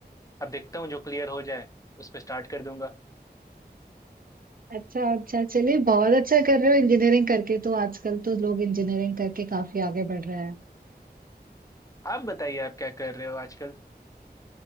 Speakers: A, on the left; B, on the right.
A: अब देखता हूँ जो क्लियर हो जाए उस पर स्टार्ट कर दूंगा
B: अच्छा अच्छा चलिए बहुत अच्छा कर रहे हो इंजीनियरिंग करके तो आजकल तो लोग इंजीनियरिंग करके काफी आगे बढ़ रहे हैं
A: आप बताइए आप क्या कर रहे हो आजकल